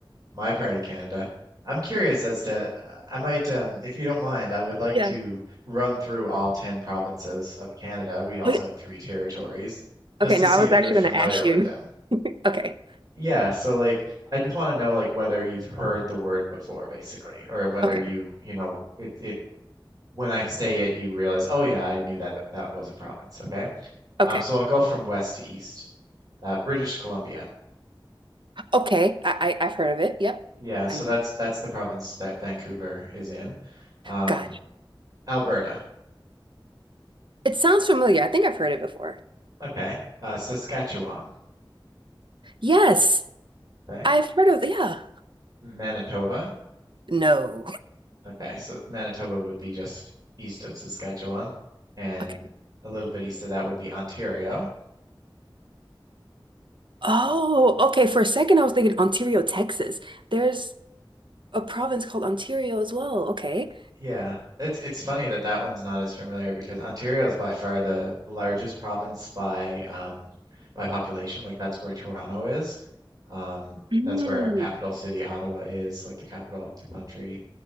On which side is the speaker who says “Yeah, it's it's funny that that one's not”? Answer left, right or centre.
Right